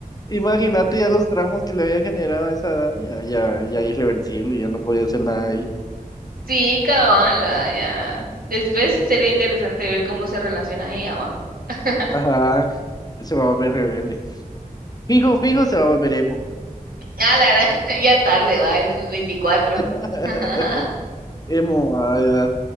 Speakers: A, on the left; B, on the right.
A: Imagínate ya los traumas que le había generado a esa edad, ya, ya, ya irreversible, ya no podía hacer nada ahí.
B: Sí, cabal, ah, ya. Después sería interesante ver cómo se relaciona ella, va. <laughs>
A: Ajá, se va a volver rebelde. Fijo, fijo, se va a volver emo.
B: Ah, la verdad, <laughs> ya tarde, va, en sus 24.
A: <laughs>
B: <laughs>
A: Emo a edad